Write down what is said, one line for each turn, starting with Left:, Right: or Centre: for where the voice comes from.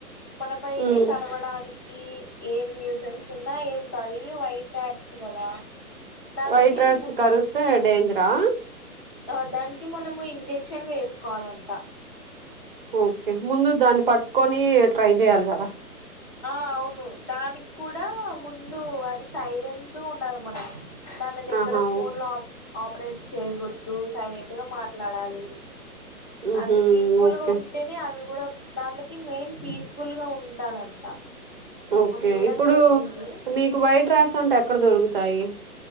Left: మన పైకి
Right: ఉమ్
Left: కరవడానికి ఈ ఏం న్యూసెన్స్ ఉన్నా ఏం కాదు ఇవి వైట్ రాట్స్ కదా దాన్లకి
Right: వైట్ రైట్స్
Left: ము
Right: కరుస్తే డేంజరా
Left: ఆ దానికి మనము ఇంజెక్షన్ వేసుకోవాలంట
Right: ఓకే ముందు దాన్ని పట్టుకొని ట్రై చేయాలి కదా
Left: ఆ అవును దానికి కూడా ముందు అది సైలెంట్ ఉండాలి మన దాని దగ్గర
Right: ఆహా
Left: ఫోన్లు
Right: ఓకే
Left: లాక్ ఆపరేట్ చేయకూడదు సైలెంట్ గా మాట్లాడాలి
Right: మ్హూ.
Left: అది పీస్ఫుల్
Right: ఓకే
Left: ఉం అంటేనే అవి కూడా దానిలకి మెయిన్ పీస్ఫుల్ గా ఉండాలంట
Right: ఓకే
Left: మా మేడం
Right: ఇప్పుడు
Left: చెప్పింది
Right: మీకు వైట్ రాట్స్ అంట ఎక్కడ దొరుకుతాయి